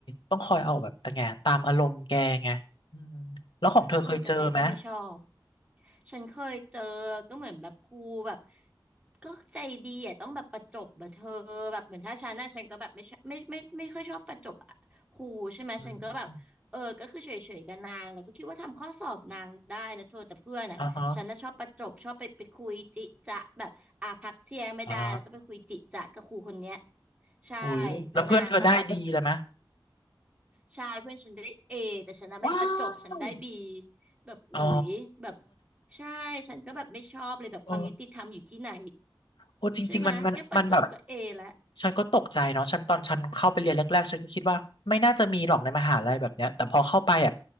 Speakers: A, on the left; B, on the right.
A: ต้องคอยเอาแบบแต่ไงตามอารมณ์แกไงอืมแล้วของเธอเคยเจอไหม
B: เออแต่ฉันก็ไม่ชอบฉันเคยเจอก็เหมือนแบบครูแบบก็ใจดีอ่ะต้องแบบประจบแบบเธอแบบเหมือนถ้าฉันน่ะฉันก็แบบไม่ชอบไม่ไม่ไม่ไม่ค่อยชอบประจบอะครูใช่ไหมฉันก็แบบเออก็คือเฉยๆกับนางแล้วก็คิดว่าทำข้อสอบนางได้นะเธอแต่เพื่อนอ่ะฉันน่ะชอบประจบชอบไปไปคุยจิจะแบบอ่ะพักเที่ยงไม่ได้แล้วต้องไปคุยจิจะกับครูคนเนี้ย
A: อืมอ่าฮะอ่า
B: ใช่
A: อุ้ยแล้วเพื่อนเธอได้ดีเลยไหม
B: แล้วนางก็แบบ ใช่เพื่อนฉันได้เอแต่ฉันน่ะไม่ประจบฉันได้บี
A: ว้าว
B: แบบอุ๋ยแบบ
A: อ๋อ
B: ใช่ฉันก็แบบไม่ชอบเลยแบบความยุติธรรมอยู่ที่ไหน
A: เออโอ้จริงๆมันมันมันแบบ
B: ใช่ไหมยแค่ประจบก็เอแล้ว
A: ฉันก็ตกใจเนาะฉันตอนฉันเข้าไปเรียนแรกๆฉันก็คิดว่าไม่น่าจะมีหรอกในมหาลัยแบบเนี้ยแต่พอเข้าไปอ่ะ